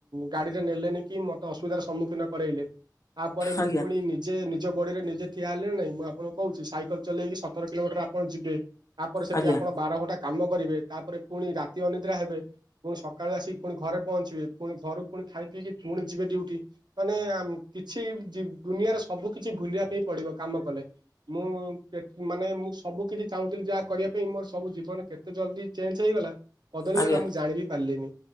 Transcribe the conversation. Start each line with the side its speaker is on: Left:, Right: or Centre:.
Right: ଗାଡିରେ ନେଲେନି କି ମତେ ଅସୁବିଧାର ସମ୍ମୁଖୀନ କରାଇଲେ। ତାପରେ ମୁଁ
Left: ଆଜ୍ଞା
Right: ପୁଣି ନିଜେ ନିଜ ଗୋଡିରେ ନିଜେ ଠିଆ ହେଲେ ନାଇଁ। ମୁଁ ଆପଣଙ୍କୁ କୋହୁଚି ସାଇକେଲ ଚଲେଇକି ସତର କିଲୋମିଟର ଆପଣ ଯିବେ, ତାପରେ ସେଠି
Left: ଆଜ୍ଞା
Right: ଆପଣ ବାର ଘଣ୍ଟା କାମ କରିବେ, ତାପରେ ଫୁଣି ରାତି ଅନି ଦ୍ରା ହେବେ ପୁଣି ସକାଳୁ ଆସିକି ପୁଣି ଘରେ ପହଞ୍ଚିବେ। ଫୁଣି ଘରୁ ପୁଣି ଖାଇ ପିଇକି ପୁଣି ଯିବେ ଡ୍ୟୁଟି। ମାନେ କିଛି ଜି ଦୁନିଆଁରେ ସବୁ କିଛି ଭୁଲିବା ପାଇଁ ପଡିବ କାମ କଲେ। ମୁଁ କେ ମାନେ ମୁଁ ସବୁ କିଛି ଚାହୁଁଥିଲି ଯାହା କରିବା ପାଇଁ ମୋର ସବୁ ଜୀବନେ କେତେ ଜଲଦି ଚେଞ୍ଜ ହେଇଗଲା ବଦଳିଗଲା
Left: ଆଜ୍ଞା
Right: ମୁଁ ଜାଣିବି ପାରିଲିନି।